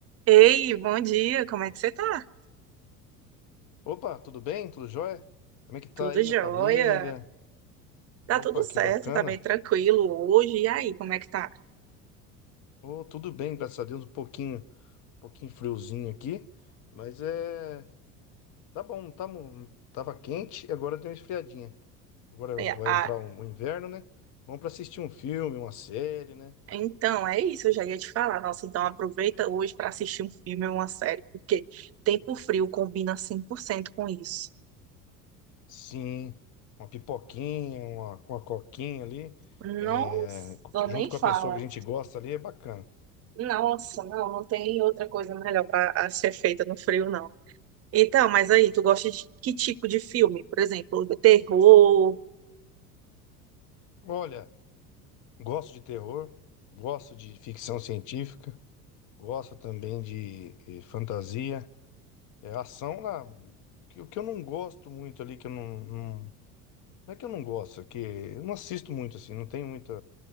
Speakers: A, on the right; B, on the left.
A: Ei, bom dia, como é que você tá?
B: Opa, tudo bem? Tudo jóia? Como é que tá
A: Tudo
B: aí
A: jóia?
B: a família?
A: Tá
B: Opa,
A: tudo certo,
B: que bacana.
A: tá bem tranquilo hoje. E aí, como é que tá?
B: Oh, tudo bem, graças a Deus, um pouquinho, um pouquinho friozinho aqui, mas é, tá bom, tá, mu- tava quente e agora deu uma esfriadinha. Agora
A: É,
B: vai
A: ah,
B: entrar um- o inverno, né? Bom pra assistir um filme, uma série, né?
A: então, é isso, eu já ia te falar. Nossa, então aproveita hoje pra assistir um filme ou uma série, porque tempo frio combina 100% com isso.
B: Sim, uma pipoquinha, uma, uma coquinha ali,
A: Nossa,
B: é, junto
A: nem
B: com
A: fala.
B: a pessoa que a gente gosta ali, é bacana.
A: Nossa, não, não tem outra coisa melhor para ser feita no frio, não. Então, mas aí, tu gosta de que tipo de filme? Por exemplo, terror,
B: Olha, gosto de terror, gosto de ficção científica. Gosto também de eh, fantasia. É, ação lá. O que o que eu não gosto muito ali, que eu não, não. Não é que eu não gosto, é que eu não assisto muito assim, não tenho muito